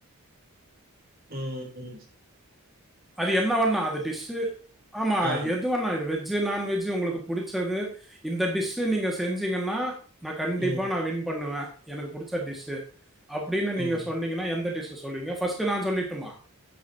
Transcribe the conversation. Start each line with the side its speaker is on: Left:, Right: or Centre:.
Right: ம் ம்
Centre: அது என்ன வேண்ணா அது டிஷ்ஷு ஆமா
Right: ஆ
Centre: எது வேண்ணா வெஜ்ஜு நான்வெஜ்ஜு உங்களுக்கு புடிச்சது இந்த டிஷ்ஷு நீங்க செஞ்சீங்கன்னா நா கண்டிப்பா
Right: ம்
Centre: நா வின் பண்ணுவ எனக்கு பிடிச்ச டிஷ்ஷு அப்டின்னு நீங்க
Right: ம்.
Centre: சொன்னீங்கன்னா எந்த டிஷ் சொல்வீங்க பஸ்ட் நா சொல்லிட்டுமா